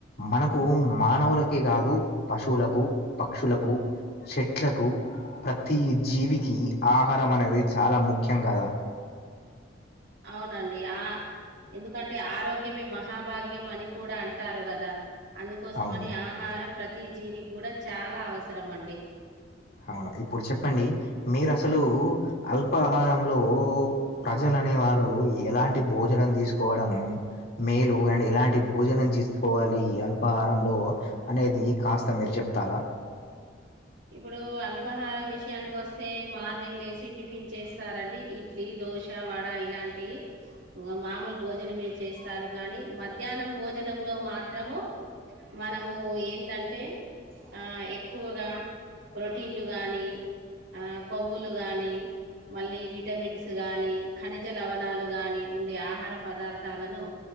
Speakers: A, on the left; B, on the right.
A: మనకు మానవులకకే కాదు పశువులకు పక్షులకు, చెట్లకు, ప్రతి జీవికి ఆహారం అనేది చాలా ముఖ్యం కదా?
B: అవునండి ఆ ఎందుకంటే ఆరోగ్యమే మహాభాగ్యం అని కూడా అంటారు కదా. అందుకోసమని
A: అవును
B: ఆహారం ప్రతి జీవికి కూడా చాలా అవసరం అండి.
A: అవును, ఇప్పుడు చెప్పండి మీరు అసలు అల్పాహారంలో ప్రజలు అనే వాళ్ళు ఎలాంటి భోజనం తీసుకోవడం మేలు అండ్ ఎలాంటి భోజనం చేసుకోవాలి అల్పాహారంలో అనేది కాస్త మీరు చెప్తారా?
B: ఇప్పుడు అల్పాహారం విషయానికి వస్తే మార్నింగ్ లేసి టిఫిన్ చేస్తారండి. ఇడ్లీ, దోశ, వడ ఇలాంటివి మామూలు భోజనం చేస్తారు. కానీ మధ్యాహ్నం భోజనము లో మాత్రము మనము ఏందంటే ఆ ఎక్కువగా ప్రోటీన్లు గాని, ఆ కొవ్వులు గాని మళ్ళీ విటమిన్స్ గాని, ఖనిజ లవణాలు గాని ఉండే ఆహార పదార్థాలను